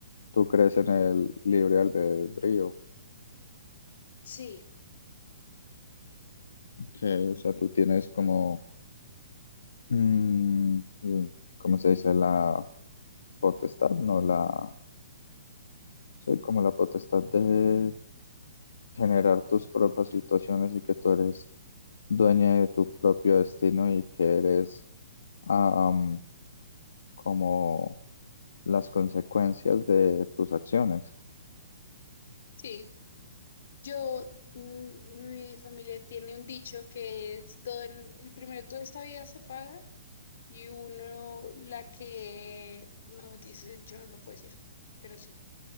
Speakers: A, on the left; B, on the left.
A: tú crees en el libre albedrío.
B: Sí.
A: Ok, o sea, tú tienes como, mm, ¿cómo se dice? La potestad, no la... Sí, como la potestad de generar tus propias situaciones y que tú eres dueña de tu propio destino y que eres am, como las consecuencias de tus acciones.
B: Sí, Yo, mm, mi familia tiene un dicho que es todo en, el primero toda esta vida se paga y uno la que, no me ese dicho no lo puedo decir, pero sí,